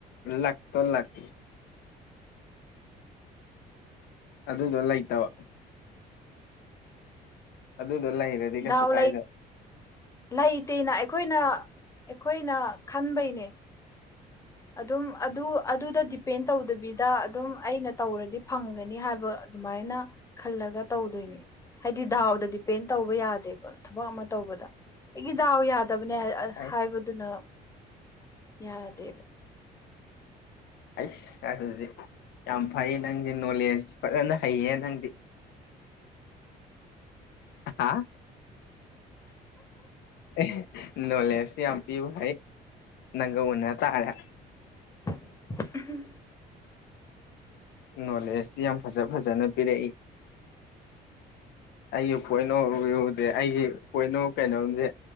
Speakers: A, on the left; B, on the left.
A: ꯂꯥꯛꯇꯣ ꯂꯛ ꯑꯗꯨꯗꯣ ꯂꯩꯇꯕ ꯑꯗꯨꯗꯣ ꯂꯩꯔꯗꯤ ꯀꯩꯁꯨ
B: ꯗꯥꯎ
A: ꯀꯥꯏꯗꯕ
B: ꯂꯩ ꯂꯩꯇꯦꯅ ꯑꯩꯈꯣꯏꯅ ꯑꯩꯈꯣꯏꯅ ꯈꯟꯕꯩꯅꯦ ꯑꯗꯨꯝ ꯑꯗꯨ ꯑꯗꯨꯗ ꯗꯤꯄꯦꯟ ꯇꯧꯗꯕꯤꯗ ꯑꯗꯨꯝ ꯑꯩꯅ ꯇꯧꯔꯗꯤ ꯐꯪꯒꯅꯤ ꯍꯥꯏꯕ ꯑꯗꯨꯃꯥꯏꯅ ꯈꯜꯂꯒ ꯇꯧꯗꯣꯏꯅꯤ ꯍꯥꯏꯗꯤ ꯗꯥꯎꯗ ꯗꯤꯄꯦꯟ ꯇꯧꯕ ꯌꯥꯗꯦꯕ ꯊꯕꯛ ꯑꯃ ꯇꯧꯕꯗ ꯑꯩꯒꯤ ꯗꯥꯎ ꯌꯥꯗ ꯇꯕꯅꯦ ꯍꯥꯢ
A: ꯑꯩꯁ
B: ꯍꯥꯏꯕꯗꯨꯅ ꯌꯥꯗꯦꯕ
A: ꯑꯩꯁ ꯑꯗꯨꯗꯤ ꯌꯥꯝ ꯐꯩ ꯅꯪꯗꯤ ꯅꯣꯂꯦꯖ ꯐꯖꯅ ꯍꯩꯌꯦ ꯅꯪꯗꯤ <inaudible> ꯍꯥ ꯑꯦ ꯅꯣꯂꯦꯁ ꯌꯥꯝ ꯄꯤꯕ ꯍꯩ ꯅꯪꯒ ꯎꯟꯅ ꯇꯥꯔꯦ
B: <inaudible>
A: ꯅꯣꯂꯦꯁꯇꯤ ꯌꯥꯝ ꯐꯖ ꯐꯖꯅ ꯄꯤꯔꯛꯏ ꯑꯩꯒꯤ ꯄꯣꯏꯟ ꯑꯣꯐ ꯚꯤꯌꯨꯗꯤ ꯑꯩꯒꯤ ꯄꯣꯏꯟ ꯑꯣꯐ ꯀꯩꯅꯣꯗꯤ